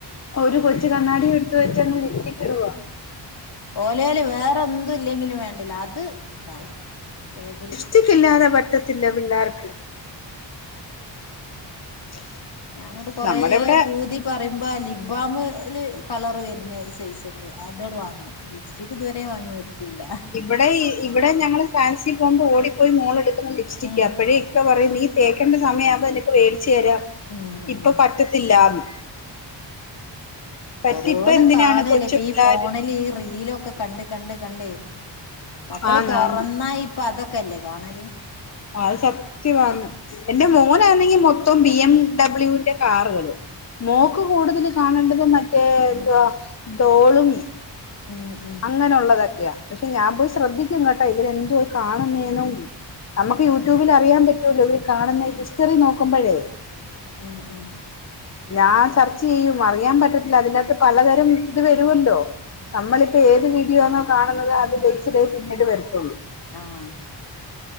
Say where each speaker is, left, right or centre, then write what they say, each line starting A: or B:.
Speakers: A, on the left (about 35°); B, on the left (about 60°).
A: അ ഒരു കൊച്ചു കണ്ണാടി എടുത്ത് വെച്ചങ്ങ് ലിപ്സ്റ്റിക്കിടുവ
B: ഉം ഓലേല് വേറെന്തുല്ലെങ്കിലും വേണ്ടില്ല അത് ണ്ടാവും ബേഗില്
A: റ്റിക്കില്ലാതെ പറ്റത്തില്ല പിള്ളേർക്ക് <inaudible>
B: ഞാങ്ങട്ട് കൊറേ
A: നമ്മുടെ ഇവിടെ
B: പൂതി പ്പറീമ്പ ലിബ്ബാമ് ല് കളറ് വരുന്ന ഒരു സൈസ്ണ്ട് അതട് വാങ്ങു ലിപ്സ്റ്റിക് ത് വരെ വാങ്ങി ഒട്ത്തീല്ല
A: ബടെ ഇ ഇബടെ ഞങ്ങള് ഫാൻസി പോമ്പോടിപ്പോയി മോളെടുക്കുന്ന ലിപ്സ്റ്റിക്കപ്പഴേ
B: ഉം
A: ഇക്ക പറയും നീ തേ ക്കണ്ട സമയാമ്പോ നിനക്ക് വേടിച്ചു തരാം
B: ഉം
A: ഇപ്പൊ
B: ഉം
A: പറ്റത്തില്ലാന്ന് പറ്റി
B: ഓരോന്ന്
A: ഇപ്പൊ എന്തിനാണ്
B: കാണല്ലേ
A: കൊച്ചു
B: പ്പീ
A: പിള്ളേര്
B: ഫോണിലീ റീലൊക്കെ കണ്ട് കണ്ട് കണ്ടേ മക്കള്
A: ആന്നാന്ന്
B: തൊറന്നാ ഇപ്പതൊക്കല്ലെ കാണല്
A: അഅ് സത്യവാന്ന്.
B: ഉം
A: എന്റെ മോനാന്നെങ്കി മൊത്തം ബി എം ഡബ്ല്യൂന്റെ കാറുകള് മോക്ക് കൂടുതല് കാണണ്ടത് മറ്റേ എന്തവാ ഡോളും
B: ഊം
A: അങ്ങനൊള്ളതൊക്കെയ പക്ഷെ ഞാംപോയി ശ്രദ്ധിക്കും കേട്ടോ ഇവരെന്തുവാ കാണുന്നേന്നും <unintelligible> പ്പ യൂടൂബിലറിയാ പറ്റൂല്ലോ ഇവര് കാണുന്നെ ഹിസ്റ്റെറി നോക്കുമ്പഴേ
B: ഉം ഉം
A: ഞാൻ സെർച്ചുചെയ്യും അറിയാൻ പറ്റത്തില്ല അതിനകത്ത് പലതരം ഇത് വരുവല്ലോ
B: ഉം
A: നമ്മളിപ്പോ ഏത് വീഡിയോ ആണോ കാണുന്നത് അത് ബേസ്ഡേ പിന്നീട് വരത്തുള്ളൂ
B: ആഹ്